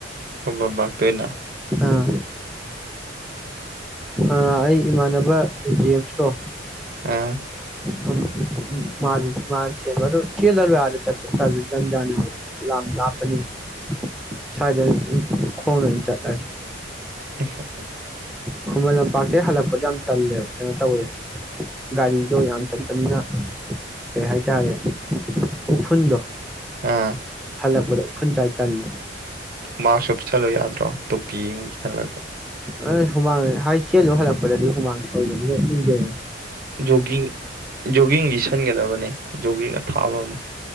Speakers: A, on the right; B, in the centre.
A: ꯇꯨꯃꯥ ꯃꯥ ꯄꯦꯟꯅ
B: ꯑꯥ ꯑꯥ ꯑꯩ ꯏꯃꯥꯟꯅꯕ ꯖꯦꯝꯁꯇꯣ
A: ꯑꯥ
B: ꯑ ꯎꯝ ꯃꯥꯁꯨ ꯃꯥꯅ ꯆꯦꯟꯕꯗꯣ ꯆꯦꯜꯂꯔꯣꯏ ꯑꯗꯥ ꯆꯠꯄ ꯇꯥꯂꯦ ꯖꯟꯖꯥꯟ ꯌꯝ ꯑꯣꯢ ꯂꯝ ꯂꯥꯞꯄꯅꯤꯅ ꯁꯋꯥꯏꯗ ꯑꯗꯨꯝ ꯈꯣꯢꯅ ꯑꯣꯢ ꯆꯠ <unintelligible>
A: ꯍꯦꯍꯦ
B: ꯈꯨꯃꯟ ꯂꯝꯄꯥꯛꯇꯒꯤ ꯍꯜꯂꯛꯄꯗꯣ ꯌꯥꯝ ꯇꯜꯂꯦꯕ ꯀꯩꯅꯣ ꯇꯧꯋꯦꯅ ꯒꯥꯔꯤꯗꯣ ꯌꯥꯝ ꯆꯠꯄꯅꯤꯅ ꯀꯩ ꯍꯥꯏꯇꯥꯔꯦ ꯎꯐꯨꯟꯗꯣ
A: ꯑꯥ
B: ꯍꯜꯂꯛꯄꯗ ꯎꯐꯨꯟ ꯆꯥꯏ ꯇꯜꯂꯦ
A: ꯃꯥꯁꯛ ꯑꯨꯞꯁꯜꯂꯨ ꯌꯥꯗ꯭ꯔꯣ ꯇꯣꯞꯄꯤ ꯑꯃꯨꯛ ꯁꯥꯂꯒ
B: ꯑꯥ ꯍꯨꯃꯥꯡ ꯍꯥꯏ ꯆꯦꯜꯂꯨ ꯍꯜꯂꯛꯄꯗꯗꯤ ꯍꯨꯃꯥꯡ ꯁꯧꯕꯅꯤꯅ ꯑꯨꯞꯅꯤꯡꯗꯦꯕ
A: ꯖꯣꯒꯤꯡ ꯖꯣꯒꯤꯡꯒꯤ ꯂꯤꯁꯟꯒꯗꯕꯅꯦ ꯖꯣꯒꯤꯡ ꯑꯊꯥꯕ ꯑꯃ